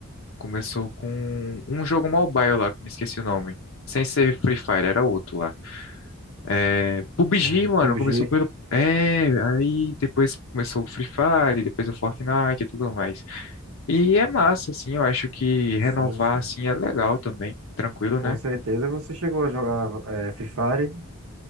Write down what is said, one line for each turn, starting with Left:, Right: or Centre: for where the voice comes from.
Left: começou com um jogo mobile lá, que me esqueci o nome. Sem ser Free Fire, era outro lá. É, PUBG,
Right: É,
Left: mano,
Right: PUBG.
Left: começou pelo. É, aí depois começou o Free Fire, depois o Fortnite e tudo mais. E é massa, assim, eu acho que
Right: Sim,
Left: renovar,
Right: sim.
Left: assim, é legal também, tranquilo,
Right: Com
Left: né?
Right: certeza você chegou a jogar é, Fifari.